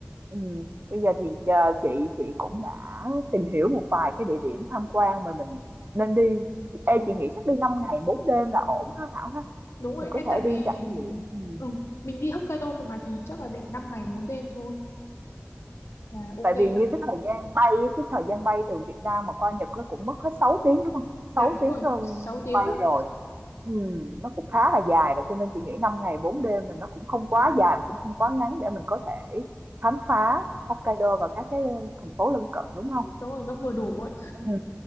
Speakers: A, on the right (about 50°); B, on the left (about 80°).
A: ừm, bây giờ thì chờ chị chị cũng đã tìm hiểu một vài cái địa điểm tham quan mà mình nên đi. Ê,
B: ừ,
A: chị nghĩ chắc đi 5 ngày 4 đêm là ổn ha Thảo ha?
B: đúng rồi
A: Mình có
B: em
A: thể
B: tại
A: đi
B: vì
A: trải nghiệm, ừm.
B: ừ, mình đi Hokkaido thôi mà thì chắc là để 5 ngày 4 đêm thôi À, ok
A: Tại vì như
B: đó.
A: cái thời gian bay cái thời gian bay từ Việt Nam mà qua Nhật nó cũng mất hết 6 tiếng, đúng không?
B: Dạ
A: Sáu
B: đúng
A: tiếng,
B: rồi,
A: ơ,
B: 6 tiếng
A: bay
B: đó.
A: rồi. Ừm, nó cũng khá là dài rồi cho nên chị nghĩ 5 ngày 4 đêm là nó cũng không quá dài mà cũng không quá ngắn để mình có thể khám phá Hokkaido và các cái thành phố lân cận đúng không?
B: Đúng rồi, nó vừa đủ ấy.
A: Ừ.